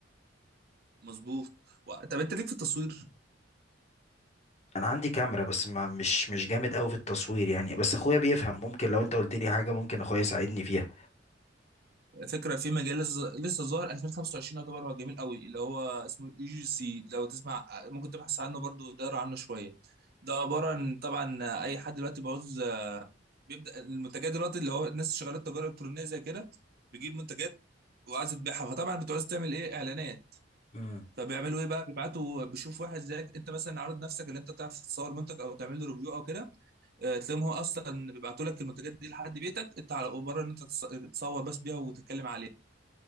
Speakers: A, on the right; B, on the left.
A: مظبوط و- طب انت ليك في التصوير
B: انا عندي كاميرا بس ما مش مش جامد قوي في التصوير يعني بس اخويا بيفهم ممكن لو انت قلت لي حاجه ممكن اخويا يساعدني فيها
A: فكره في مجال لسه لسه ظاهر 2025 يعتبر هو جميل قوي اللي هو اسمه اي جي سي لو تسمع ممكن تبحث عنه برضو وتقرا عنه شويه ده عباره عن طبعا اي حد دلوقتي بعوز بيبدا المنتجات دلوقتي اللي هو الناس شغاله تجاره الكترونيه زي كده بيجيب منتجات وعايز تبيعها فطبعا بتعوز تعمل ايه اعلانات
B: مم.
A: فبيعملوا ايه بقى بيبعتوا بيشوف واحد زيك انت مثلا عارض نفسك ان انت تعرف تصور منتج او تعمل له ريفيو او كده آه، تلاقيهم هو اصلا بيبعتوا لك المنتجات دي لحد بيتك انت على مجرد ان انت تص- تصور بس بيها وتتكلم عليها